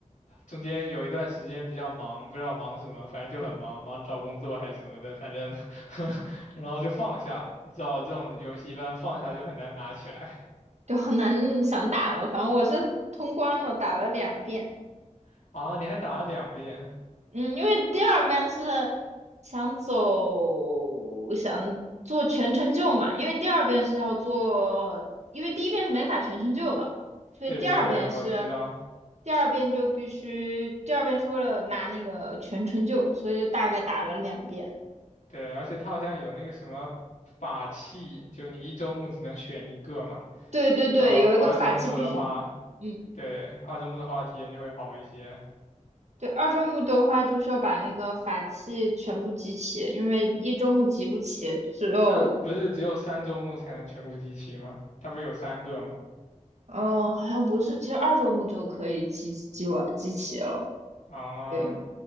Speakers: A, on the left; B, on the right.
A: 中间有一段时间比较忙，不知道忙什么，反正就很忙，忙着找工作还是什么的，反正 <laughs> 然后就放下了。你知道这种游戏一般放下就很难拿起来
B: 就很难想打了。反正我是通关了，打了两遍。
A: <laughs> 啊，你还打了两遍？
B: 嗯，因为第二遍是想走，想做全程救嘛，因为第二遍是要做，因为第一遍是没法全程救的，所以第二遍是，
A: 对对对，我知道，
B: 第二遍就必须，第二遍是为了拿那个全程救，所以就大概打了两遍。
A: 对，而且它好像有那个什么法器，就你一周目只能选一个嘛，
B: 对对对，
A: 然后二周目的话，
B: 有一个法器必须，嗯，
A: 对，二周目的话体验就会好一些。
B: 对，二周目的话就是要把那个法器全部集齐，因为一周目集不齐，只有
A: 啊，不是只有三周目才能全部集齐吗？它不是有三个吗？
B: 哦，好像不是，其实二周目就可以集集完集齐了。
A: 啊，
B: 对，